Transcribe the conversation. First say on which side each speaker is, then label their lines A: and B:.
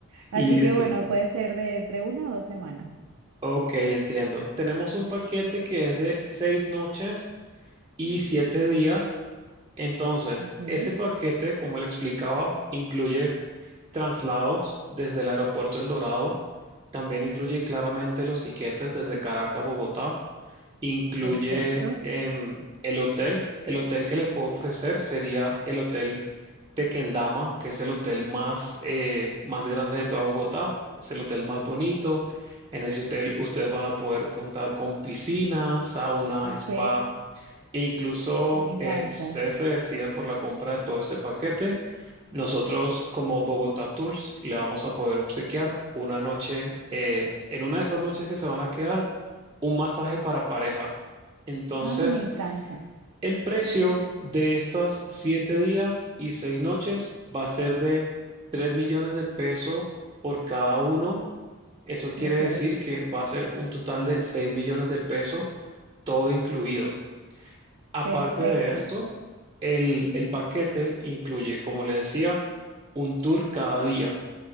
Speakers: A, on the right; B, on the right.
A: Así
B: Listo.
A: que bueno, puede ser de entre una o dos semanas.
B: Ok, entiendo. Tenemos un paquete que es de seis noches y siete días. Entonces,
A: Ok,
B: ese paquete, como le explicaba, incluye traslados desde el aeropuerto El Dorado, también incluye claramente los tiquetes desde Caracas a Bogotá, incluye
A: perfecto.
B: em, el hotel. El hotel que le puedo ofrecer sería el hotel Tequendama, que es el hotel más, eh, más grande de toda Bogotá, es el hotel más bonito. En ese hotel ustedes van a poder contar con piscina, sauna,
A: Ok,
B: spa e incluso
A: me encanta.
B: eh, si ustedes se deciden por la compra de todo ese paquete, nosotros como Bogotá Tours le vamos a poder obsequiar una noche, eh, en una de esas noches que se van a quedar, un masaje para pareja. Entonces,
A: Ay, me encanta.
B: el precio de estas siete días y seis noches va a ser de tres millones de pesos por cada uno. Eso quiere
A: Ok,
B: decir que va a ser un total de seis millones de pesos, todo incluido. Aparte
A: perfecto.
B: de esto, el, el paquete incluye, como le decía, un tour cada día.